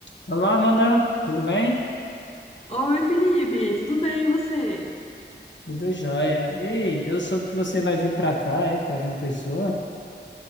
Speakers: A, on the left; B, on the left.
A: Olá, Amanda, tudo bem?
B: Oi, Felipe, tudo bem, e você?
A: Tudo jóia. Ei, eu soube que você vai vir para cá, é, para João Pessoa.